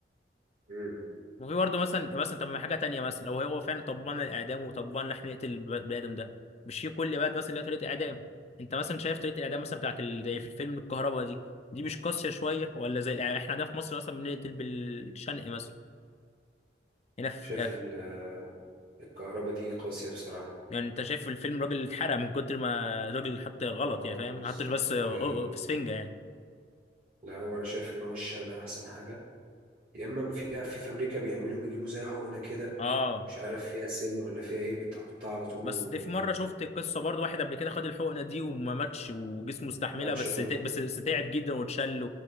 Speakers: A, on the right; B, on the left.
A: مم.
B: وفي برضو مثلا مثلا طب ما حاجه تانيه مثلا لو هو فعلا طبقنا الاعدام وطبقنا احنا نقتل الب- البني ادم ده مش في كل بلد مثلا ليها طريقه اعدام انت مثلا شايف طريقه الاعدام مثلا بتاعت ال- زي في الفيلم الكهرباء دي دي مش قاسيه شويه ولا زي الإع- احنا ده في مصر اصلا بنقتل بالشنق مثلا هنا في
A: شاف ال- الكهرباء دي قاسية بصراحة
B: يعني انت شايف في الفيلم راجل اتحرق من كتر ما الراجل حط غلط
A: اه
B: يعني فاهم
A: بالظبط
B: ما حطش بس في
A: يعني
B: سفنجة يعني
A: لا هو انا شايف ان هو الشن احسن حاجة يا اما في في في امريكا بيعملوا بيجيبوا زي حقنة كده
B: اه
A: مش عارف فيها سم ولا فيها ايه بتحطها على طول
B: بس
A: وما
B: دي في مره شفت قصه برضو واحد قبل كده خد الحقنه دي وما ماتش وجسمه استحملها
A: ماتش
B: بس
A: برضو
B: ت- بس بس تعب جدا واتشل